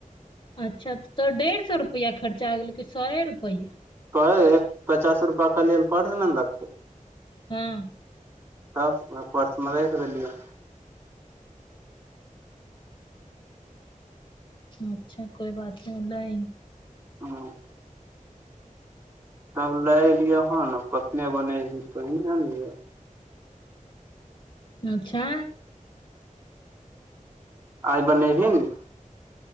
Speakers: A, on the left; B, on the right.
A: अच्छा त तोहर डेढ़ स रुपैआ खर्चा हो गेलौ कि सए रुपैआ?
B: कहे <inaudible> पचास रुपआ के नेल पर न आन देथु।
A: हँ।
B: तब आ पर्समे राखि देलिऔ।
A: अच्छा कोई बात नै होलही।
B: हँ। तब लै एलियै हन कखने बनैही तहि ले आनलियै।
A: अच्छा।
B: आइ बनैहबु।